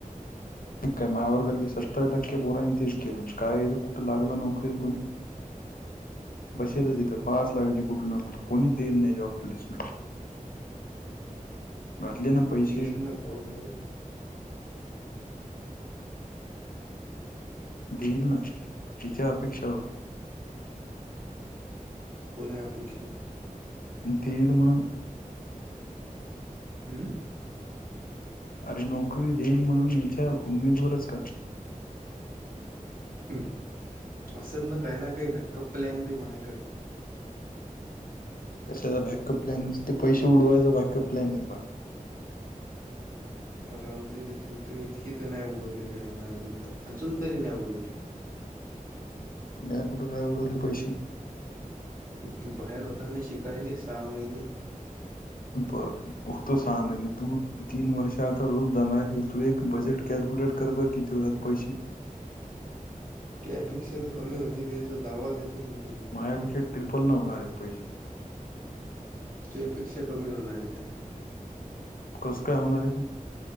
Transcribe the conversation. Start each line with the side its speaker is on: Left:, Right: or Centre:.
Left: काय माया वर्गातली सत्तर टक्के पोरान तेच केलं काय कुठं लागलं नोकरीला कोणी पैशे ल दित पास लागली कुठं ना कुठं कोणी देन नाइ जॉब प्लेसमेंट घातले ना पैसे
Right: दईल ना कोन न
Left: दिल ना तिच्या अपेक्षावर
Right: कोण ए अपेक्षा?
Left: देईल म
Right: हम्
Left: अरे नोकरी देईल म्हणून याच्या उमेदवरच का?
Right: हम्. असल ना काई ना काई बॅकअप प्लॅन बी मायाकडे.
Left: कशाचा बॅकअप प्लॅन नुसत पैसे उडवायचा बॅकअप प्लॅन हाय तो.
Right: अ राव दे र तू तू इतकी त नाई उडवली गडे मी अजून अजून तरी नाई उडवले.
Left: नाइ. कुठं नाय उडवले पैशे.
Right: तू बाहेर होता ना शिकायले सहा महिने
Left: बर. होतो सहा महिने. तू तीन वर्ष आता रोज जाणार तू एक बजेट कॅल्क्युलेट कर बर किती होतात पैशे?
Right: त्यापेक्षा तर कमी होतील याचा दावा देतो मी तुला
Left: माझ्यापेक्षा ट्रिपल नं होणार एत पैशे.
Right: त्यापेक्षा कमी होणार एत.
Left: कस काय होणारे?